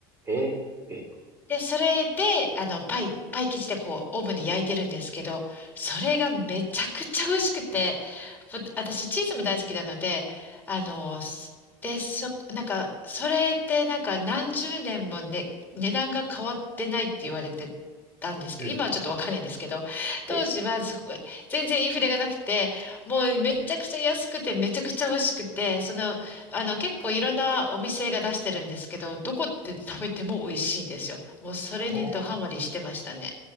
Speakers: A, on the right (about 25°); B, on the left (about 15°).
A: ええ、ええ、
B: で、それで、あの、パイ、パイ生地でこう、オーブンで焼いてるんですけど、それがめちゃくちゃ美味しくて、ぼ私、
A: ええ、
B: チーズも大好きなので、あの、すで、そ、なんか、それってなんか何十年もね、値段が変わってないって言われてたんですけど、
A: うんうん
B: 今はちょっとわかんないですけど、当時はそこ、
A: ええ、
B: 全然インフレがなくて、もうめちゃくちゃ安くて、めちゃくちゃ美味しくて、その、あの、結構いろんなお店が出してるんですけど、どこって食べても美味しいんですよ。
A: え
B: もうそれにドハマりしてましたね。
A: え、